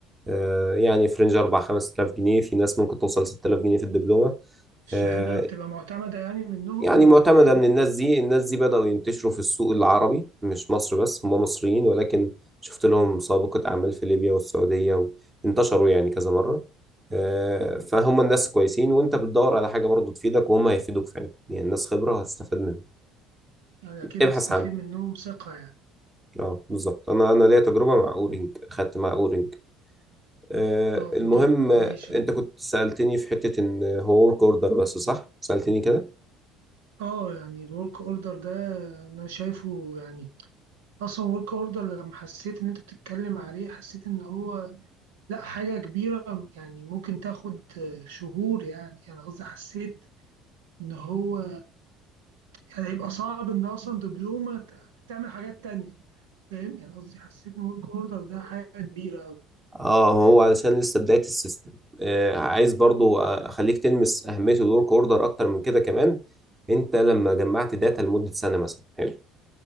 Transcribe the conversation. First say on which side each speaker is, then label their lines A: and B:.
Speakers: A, on the right; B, on the right.
A: آه، يعني فرنج 4 5000 جنيه في ناس ممكن توصل 6000 جنيه في الدبلومة
B: الشهادة
A: آه،
B: بتبقى معتمدة يعني منهم
A: يعني معتمدة
B: آه، حلوة
A: من الناس دي الناس دي بدأوا ينتشروا في السوق العربي مش مصر بس هم مصريين ولكن شفت لهم سابقة أعمال في ليبيا والسعودية وانتشروا يعني كذا مرة آه، فهم الناس كويسين وانت بتدور على حاجة برضو تفيدك وهم هيفيدوك فعلا يعني الناس خبرة وهتستفاد منها
B: يعني أكيد
A: ابحث
B: هستفيد
A: عنها
B: منهم ثقة يعني
A: اه بالظبط انا انا ليا تجربة مع اورينج خدت مع اورينج آه،
B: اه
A: المهم
B: ودين
A: آه،
B: ماشي
A: انت كنت سألتني في حتة ان هو ورك اوردر بس صح سألتني كده
B: اه يعني الورك اوردر ده انا شايفه يعني اصلا ورك اوردر لما حسيت ان انت بتتكلم عليه حسيت ان هو لا حاجة كبيرة يعني ممكن تاخد شهور يعني يعني قصدي حسيت إن هو يعني هيبقى صعب إن أصلا دبلومة ت- تعمل حاجات تانية فاهم يعني قصدي حسيت إن ورك أوردر ده حاجة كبيرة أوي
A: اه هو علشان لسه بداية السيستم آه عايز برضو اخليك تلمس اهمية الورك اوردر اكتر من كده كمان انت لما جمعت داتا لمدة سنة مثلا حلو